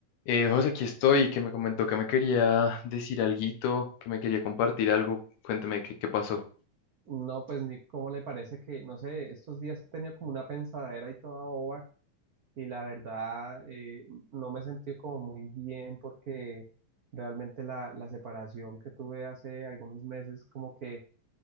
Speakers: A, on the left; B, on the right.
A: Eh, José, aquí estoy, que me comentó que me quería decir alguito, que me quería compartir algo. Cuénteme qué, qué pasó.
B: No, pues ni cómo le parece que, no sé, estos días he tenido como una pensadera y toda boba y la verdad eh, no me he sentido como muy bien porque realmente la, la separación que tuve hace algunos meses como que